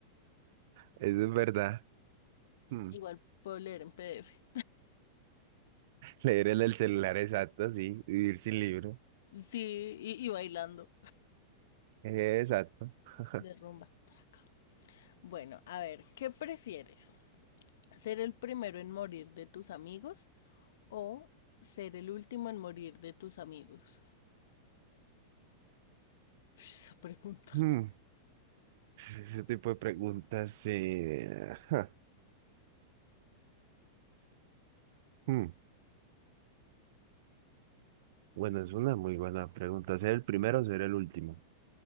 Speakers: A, on the right; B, on the left.
A: Eso es verdad. Mm.
B: Igual puedo leer en PDF.
A: Leer en el celular, exacto, sí. Vivir sin libro.
B: Sí, y, y bailando
A: eh, Exacto. <laughs>
B: de rumba. traca. Bueno, a ver, ¿qué prefieres? ¿Ser el primero en morir de tus amigos o ser el último en morir de tus amigos? Ush, Esa pregunta.
A: Mm. Ese ese tipo de preguntas. eh, ja, mm. Bueno, es una muy buena pregunta. ¿Ser el primero o ser el último?